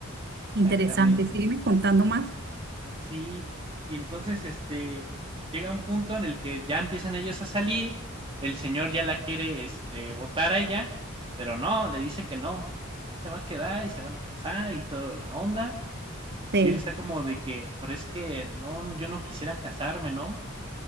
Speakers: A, on the right (about 25°); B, on the right (about 50°).
A: exactamente.
B: Interesante. Sígueme contando más.
A: Sí, y entonces, este, llega un punto en el que ya empiezan ellos a salir, el señor ya la quiere, este, botar a ella, pero no, le dice que no, o sea, que él se va a quedar y se van a casar y toda la onda,
B: Sí.
A: y él está como de que, pero es que no, yo no quisiera casarme, ¿no?